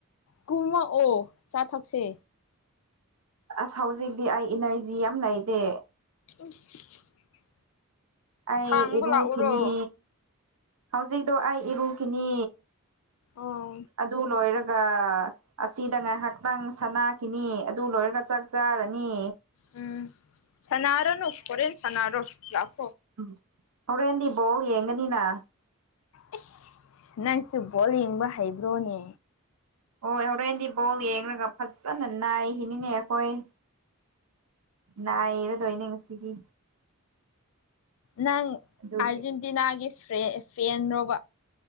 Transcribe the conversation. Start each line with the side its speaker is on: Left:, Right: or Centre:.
Left: ꯀꯨꯝꯃꯛ ꯑꯣ ꯆꯥ ꯊꯛꯁꯦ
Right: ꯑꯁ ꯍꯧꯖꯤꯛꯇꯤ ꯑꯩ ꯏꯅꯔꯖꯤ ꯌꯥꯝ ꯂꯩꯇꯦ
Left: <unintelligible>
Right: ꯑꯩ
Left: ꯊꯥꯡꯕ
Right: ꯏꯔꯨꯈꯤꯅꯤ
Left: ꯂꯥꯛꯎꯔꯣ
Right: ꯍꯧꯖꯤꯛꯇꯣ ꯑꯩ ꯏꯔꯨꯈꯤꯅꯤ
Left: ꯑꯣ
Right: ꯑꯗꯨ ꯂꯣꯏꯔꯒ ꯑꯁꯤꯗ ꯉꯥꯏꯍꯥꯛꯇꯪ ꯁꯅꯥꯈꯤꯅꯤ ꯑꯗꯨ ꯂꯣꯏꯔꯒ ꯆꯥꯛ ꯆꯥꯔꯅꯤ
Left: ꯎꯝ ꯁꯅꯔꯅꯨ ꯍꯣꯔꯦꯟ ꯁꯅꯔꯣ ꯂꯥꯛ
Right: ꯎ ꯍꯣꯔꯦꯟ ꯗꯤ ꯕꯣꯜ ꯌꯦꯡꯒꯅꯤꯅ
Left: ꯑꯁ ꯅꯪꯁꯨ ꯕꯣꯜ ꯌꯦꯡꯕ ꯍꯩꯕ꯭ꯔꯣꯅꯦ
Right: ꯍꯣꯏ ꯍꯣꯔꯦꯟꯗꯤ ꯕꯣꯜ ꯌꯦꯡꯂꯡꯉꯒ ꯐꯖꯅ ꯅꯥꯏꯈꯤꯅꯤꯅꯦ ꯑꯩꯈꯣꯏ ꯅꯥꯏ ꯔꯗꯣꯏꯅꯦ ꯉꯁꯤꯗꯤ
Left: ꯅꯪ
Right: ꯑꯗꯨꯒꯤ
Left: ꯑꯥꯔꯖꯦꯟꯇꯤꯅꯥꯒꯤ ꯐꯦꯟ ꯔꯣꯕ